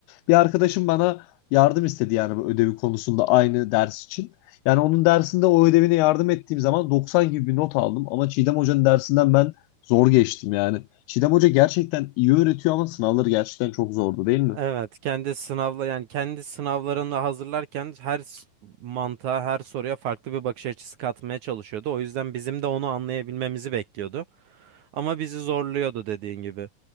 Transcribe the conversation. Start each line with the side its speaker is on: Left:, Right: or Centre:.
Left: Bir arkadaşım bana yardım istedi yani bu ödevi konusunda aynı ders için. Yani onun dersinde o ödevine yardım ettiğim zaman 90 gibi bir not aldım. Ama Çiğdem Hoca'nın dersinden ben zor geçtim yani. Çiğdem Hoca gerçekten iyi öğretiyor ama sınavları gerçekten çok zordu değil mi?
Right: Evet. Kendi sınavla yani kendi sınavlarını hazırlarken her s- mantığa, her soruya farklı bir bakış açısı katmaya çalışıyordu. O yüzden bizim de onu anlayabilmemizi bekliyordu. Ama bizi zorluyordu dediğin gibi.